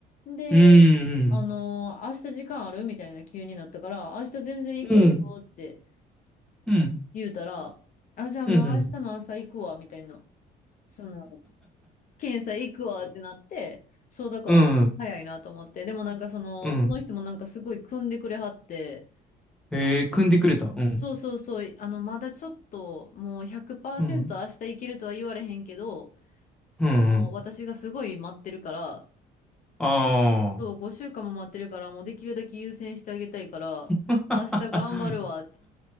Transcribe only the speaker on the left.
で、
あのー明日時間あるみたいな急になったから、明日全然行けるよって
言うたら、あ、じゃあもう明日の朝行くわ、
みたいな。その、検査行くわってなって、そうだから、
早いなと思って。でもなんかその、
その人もなんかすごい組んでくれはって、
あの、
そうそうそう、あの、まだちょっと、もう100%
明日行けるとは言われへんけど、
もう私がすごい待ってるから、
そう、5週間も待ってるから、もうできるだけ優先してあげたいから、
明日頑張るわって